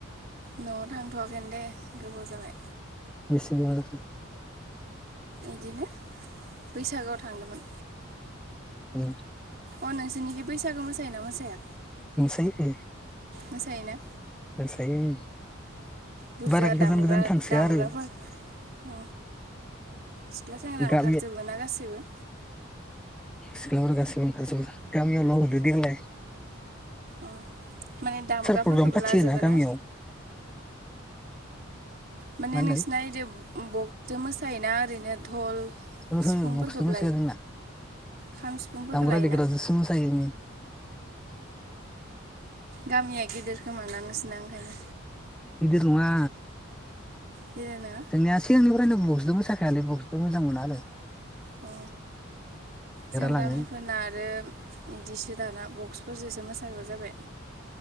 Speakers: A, on the right; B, in the centre.
A: नआव थांथ'वाखैआनो‌ दे गोबाव जाबाय
B: बेसे गोबाव जाखो‌?
A: इदिनो बैसागोआव थांदोमोन
B: उम
A: अ नोंसोरनिखि बैसागोु मोसायोना मोसाया?
B: मोसायो <unintelligible>
A: मोसायो ना
B: मोसायो उम
A: बुरजा
B: बारा गोजान
A: दामग्रा
B: गोजान थांसोआ
A: दामग्राफोर
B: आरो
A: अ सिख्ला सेंग्रा
B: गामि
A: ओंखारजोबो ना गासैबो
B: सिख्लाफोरा गासिबो ओंखारजोबो दा गामियाव मावदो दे देनाय
A: अ माने दामग्राफोरखौबो
B: प्रग्राम फाथियोना
A: लाजोबो
B: गामियाव
A: ना माने
B: मा होनदों
A: नोंसिना ओइदि बक मोसायोना ओैनो धल
B: ओहो
A: सिफुंफोरखौबो
B: बक्सजों मोसाया
A: लायो
B: जोंना
A: खाम सिफुंफोरखौ
B: दामग्रा
A: लायोना
B: देग्राजोंसो मोसायो उम
A: गामिया गिदिर खोमाा नोंसना ओंखायनो
B: बिदिर नङा
A: गिदिर नङा
B: जोंनिया सिगांनिफ्रायनो बक्सबो मोसाखाया लै बक्सबो मोजां मोना बे <unintelligible>
A: अ जों
B: लाङो
A: गामिफोरना आरो बिदिसो दाना बक्स बुरजोसो मोसाग्रा जाबाय